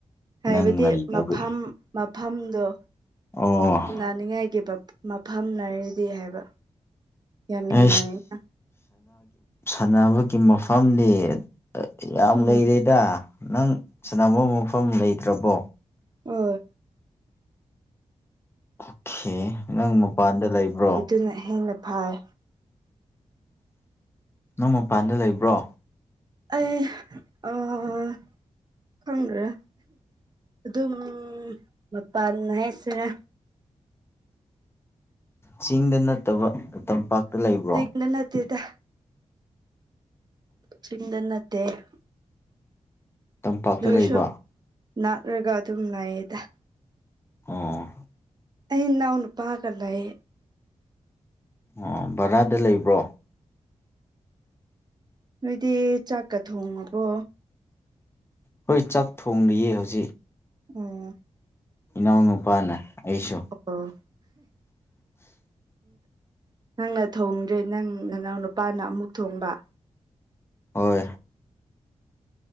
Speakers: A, on the right; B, on the left.
A: ꯍꯥꯏꯕꯗꯤ
B: ꯅꯪ ꯂꯩꯇꯕꯒꯤ
A: ꯃꯐꯝ ꯃꯐꯝꯗꯣ
B: ꯑꯣ
A: ꯁꯨꯟꯅꯅꯤꯡꯉꯥꯏꯒꯤꯈꯤꯕ ꯃꯐꯝ ꯂꯩꯅꯥꯔꯤꯗꯤ ꯍꯥꯏꯕ ꯌꯥꯝ ꯅꯨꯡꯉꯥꯏꯌꯦꯅ
B: ꯑ ꯁꯥꯟꯅꯕꯒꯤ ꯃꯐꯝꯗꯤ ꯌꯥꯝ
A: ꯎꯝ
B: ꯂꯩꯔꯦꯗ ꯅꯪ ꯁꯅꯥꯃ ꯃꯐꯝ ꯂꯩꯇ꯭ꯔꯕꯣ
A: ꯑꯣ
B: ꯑꯣꯀꯦ ꯅꯪ ꯃꯄꯥꯟꯗ ꯂꯩꯕ꯭ꯔꯣ
A: ꯑꯗꯨꯅ ꯍꯦꯟꯅ ꯐꯥꯏ
B: ꯅꯪ ꯃꯄꯥꯟꯗ ꯂꯩꯕ꯭ꯔꯣ
A: ꯑꯩ ꯑꯥ ꯈꯪꯗ꯭ꯔꯦ ꯑꯗꯨꯝ ꯃꯄꯥꯟ ꯍꯥꯏꯁꯤꯔ
B: ꯆꯤꯡꯗ ꯅꯠꯇꯕ ꯇꯝꯄꯥꯛꯇ ꯂꯩꯕ꯭ꯔꯣ
A: ꯅꯪ ꯅꯠꯇꯦꯗ ꯆꯤꯡꯗ ꯅꯠꯇꯦ ꯑꯗꯨꯑꯣꯢꯔꯁꯨ
B: ꯇꯝꯄꯥꯛꯇ ꯂꯩꯕ
A: ꯅꯥꯛꯔꯒ ꯑꯗꯨꯝ ꯂꯩꯌꯦꯗ
B: ꯑꯣ
A: ꯑꯩ ꯏꯅꯥꯎ ꯅꯨꯄꯥꯒ ꯂꯩ
B: ꯑꯣ ꯕꯔꯥꯗ ꯂꯩꯕ꯭ꯔꯣ
A: ꯅꯣꯏꯗꯤ ꯆꯥꯛꯀ ꯊꯣꯡꯉꯕꯣ
B: ꯍꯣꯏ ꯆꯥꯛ ꯊꯣꯡꯂꯤꯌꯦ ꯍꯧꯖꯤꯛ
A: ꯎꯝ
B: ꯏꯅꯥꯎ ꯅꯨꯨꯄꯥꯅ ꯑꯩꯁꯨ
A: ꯑꯣ ꯅꯪꯅ ꯊꯣꯡꯗ꯭ꯔꯦ ꯅꯪ ꯅꯅꯥꯎ ꯅꯨꯄꯥꯅ ꯑꯃꯨꯛ ꯊꯣꯡꯕ
B: ꯍꯣꯏ